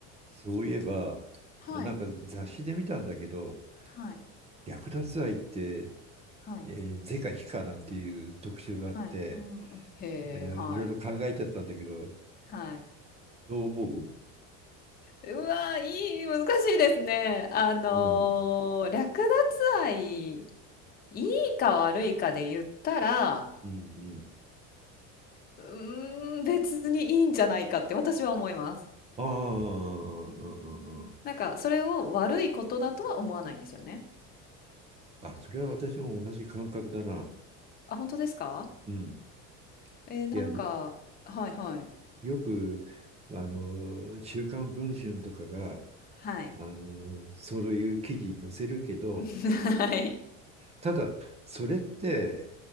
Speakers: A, on the right (about 20°); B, on the left (about 30°).
A: そういえば、
B: はい、
A: なんか雑誌で見たんだけど、
B: はい、
A: 略奪愛って、
B: はい、
A: えー、是か非かなんていう特集があって、
B: はい。うんうん。へえ、
A: えーいろいろ考えちゃったんだけど、
B: はい。はい。
A: どう思
B: うわ、いい、難しいですね。あの、
A: ううん。
B: 略奪愛、いいか悪いかで言ったら、
A: うんうん。
B: うーん、別にいいんじゃないかって私は思います。
A: ああ、うんうんうん。
B: なんか、それを悪いことだとは思わないんですよね。
A: あ、それは私も同じ感覚だな。
B: あ、本当ですか？
A: うん。
B: ええ、なんかはいはい。
A: いや、よく、あの、週刊文春とかが、
B: はい。
A: あの、そういう記事載せるけど、
B: <laughs> はい。
A: ただ、それって